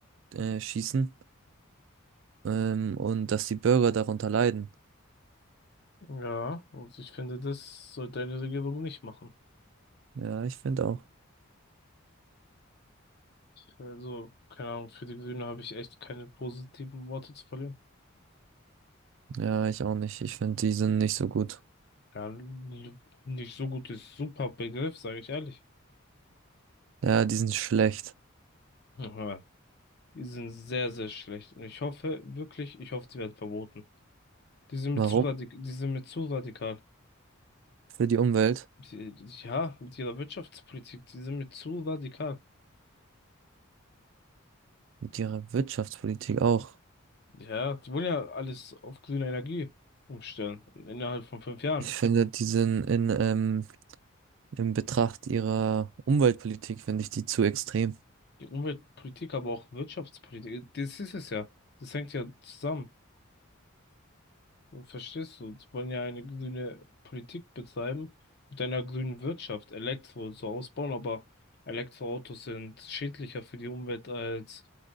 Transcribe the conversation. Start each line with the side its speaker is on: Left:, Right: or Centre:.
Right: äh, schießen. Ähm, und dass die Bürger darunter leiden.
Left: Ja, und ich finde, das sollte eine Regierung nicht machen.
Right: Ja, ich finde auch.
Left: Also, keine Ahnung, für die Grünen habe ich echt keine positiven Worte zu verlieren.
Right: Ja, ich auch nicht. Ich finde, die sind nicht so gut.
Left: Ja, n- nicht so gut ist super Begriff, sage ich ehrlich.
Right: Ja, die sind schlecht.
Left: Aber die sind sehr, sehr schlecht. Und ich hoffe, wirklich, ich hoffe, die werden verboten. Die sind mir
Right: Warum?
Left: zu radikal, die sind mir zu radikal.
Right: Für die Umwelt.
Left: Die, ja, mit ihrer Wirtschaftspolitik, die sind mir zu radikal.
Right: Mit ihrer Wirtschaftspolitik auch.
Left: Ja, die wollen ja alles auf grüne Energie umstellen. Innerhalb von fünf Jahren.
Right: Ich finde, die sind in, ähm, in Betracht ihrer Umweltpolitik, finde ich die zu extrem.
Left: Die Umweltpolitik, aber auch Wirtschaftspolitik, das ist es ja. Das hängt ja zusammen. Du Verstehst du? Die wollen ja eine grüne Politik betreiben mit einer grünen Wirtschaft, Elektro und so ausbauen, aber Elektroautos sind schädlicher für die Umwelt als